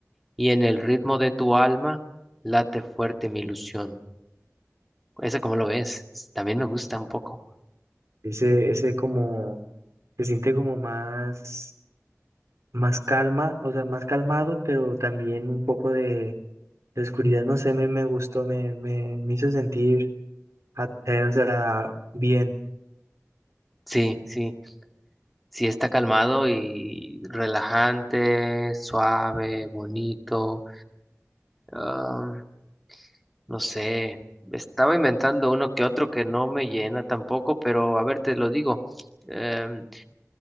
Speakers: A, in the centre; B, on the right (about 70°).
A: y en el ritmo de tu alma late fuerte mi ilusión. ¿Ese cómo lo ves? También me gusta un poco.
B: Ese, ese como se siente como más más calma, o sea, más calmado, pero también un poco de La oscuridad, no sé, me, me gustó, me, me, me hizo sentir, at- eh, o sea, bien.
A: Sí, sí. Sí está calmado y relajante, suave, bonito. am, no sé, estaba inventando uno que otro que no me llena tampoco, pero a ver, te lo digo. Em,